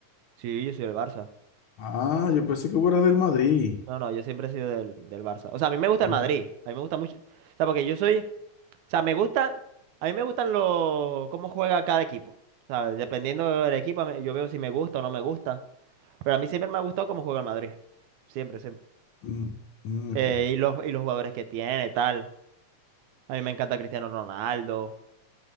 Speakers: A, on the right; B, on the left.
A: Sí, yo soy del Barça.
B: Ah, yo pensé que vos eras del Madrid.
A: No, no, yo siempre he sido del, del Barça. O sea, a mí me gusta
B: A
A: el Madrid.
B: mí-
A: A mí me gusta mucho. O sea, porque yo soy O sea, me gusta, a mí me gustan los, cómo juega cada equipo. ¿Sabes? Dependiendo del equipo, a mí- yo veo si me gusta o no me gusta. Pero a mí siempre me ha gustado cómo juega el Madrid. Siempre, siempre.
B: mm, mm,
A: Eh,
B: ok,
A: y los, y los jugadores que tiene, tal. A mí me encanta Cristiano Ronaldo.